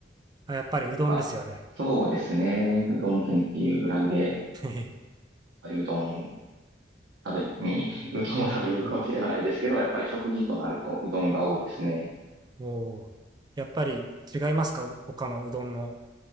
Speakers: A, on the right; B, on the right.
A: あ、やっぱりうどんですよね。
B: とか、そうですね。うどん県っていうぐらいで、やっ
A: <laughs> へへ
B: ぱりうどん食べに、<laughs> うどんを食べに行くわけではないですけど、
A: うん。
B: やっぱり食事となるとうどんが多いですね。
A: おお。やっぱり違いますかう他のうどんの、